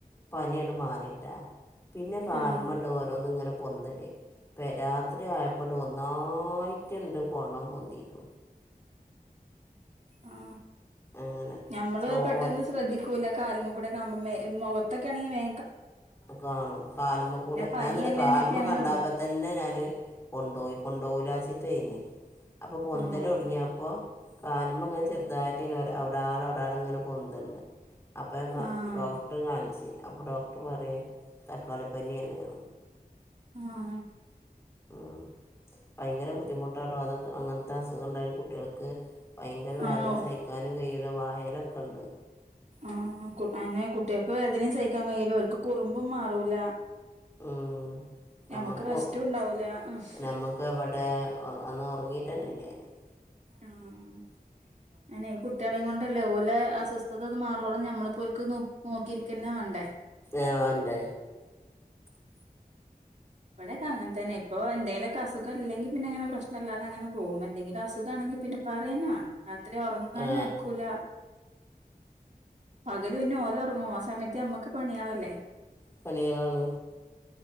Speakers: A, on the left; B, on the right.
A: പാനിയങ്ങട് മാറിട്ടാ പിന്നെ കാൽമണ്ട്
B: ആഹ്
A: ഓരോന്നും ഇങ്ങനെ പൊന്തല് പെരാ രാത്രി ആയപ്പോണ്ട് ഒന്നായിട്ടുണ്ട് പൊള്ള പൊന്തിക്കണ്
B: ആ
A: അങ്ങനെ
B: ഞമ്മള്
A: ചോർ
B: പെട്ടെന്ന് ശ്രദ്ധിക്കൂല കാലുമക്കൂടെ ഒക്കെ ആവുമ്പോ മേ മുഖത്തൊക്കെയാണെങ്കി വേ
A: കാണും കാൽമ കൂടെ
B: പനിയല്ലേന്ന്
A: ഞാൻ എന്നിട്ട് കാൽമ
B: കരുതി അങ്ങനെ
A: കണ്ടപ്പ
B: വിടും
A: തന്നെ ഞാന് കൊണ്ട് പോയി കൊണ്ടോവൂലാച്ചിട്ട് തയിന് അപ്പൊ പൊന്തൽ
B: ആഹ്
A: തൊടങ്ങി അപ്പോ കാലുമ്മങ്ങനെ ചെറുതായിട്ട് ങ്ങനെ ഒരാ അവിട് ധാരാളം അവിടെ ആടെ ഇങ്ങനെ പൊന്തണ്ട് അപ്പ ക ഞാൻ
B: ആഹ്
A: ഡോക്ടറെ കാണിച്ചു അപ്പോ ഡോക്ടർ പറഞ്ഞ തക്കാളി പനിയാണ്ന്ന്
B: ആഹ്
A: ഉം ഭയങ്കര ബുദ്ധിമുട്ടാട്ടോ അതൊക്കെ അങ്ങനത്തെ അസുഖം ഇണ്ടായാല് കുട്ടികൾക്ക് ഭയങ്കര വേദന
B: ആഹ്
A: സഹിക്കാനും കയ്യൂല വായലൊക്കെ ഉണ്ട്
B: ആഹ് അങ്ങനെ കുട്ടികൾക്ക് വേദനയും സഹിക്കാൻ കഴിയില്ല ഓൽക്ക് കുറുമ്പും മാറൂല
A: ഉം നമ്മക്ക്
B: ഞമ്മക്ക് റെസ്റ്റും
A: ഒറക്ക്
B: ഉണ്ടാവൂല ആഹ്
A: നമ്മക്കെവിടെ ഒന്ന് ഒറങ്ങി <unintelligible>
B: ആഹ് ആന്നെ കുട്ടികളെയും കൊണ്ടല്ലേ ഓലെ അസ്വസ്ഥത ഇത് മാറോളം ഞമ്മളിപ്പോ ഓൽക്ക് നോക്കിയിരിക്കെന്നെ വേണ്ടേ
A: ആ വേണ്ടേ
B: ഇവിടൊക്കെ അങ്ങനെ തന്നെ ഇപ്പോ എന്തേലും അസുഖ ഇല്ലെങ്കിൽ പിന്നെ പ്രശ് പ്രശ്നല്ലാതെ അങ്ങനെ പോകും എന്തെങ്കിലും അസുഖാണെങ്കി പിന്നെ പറയന്ന വേണ്ട രാത്രി ഒറങ്ങാനും
A: ആ
B: ആയക്കൂല പകല് പിന്നെ ഓല് ഒറങ്ങും ആ സമയത്ത് ഞമ്മക്ക് പണിയളല്ലേ
A: പണികളാണ്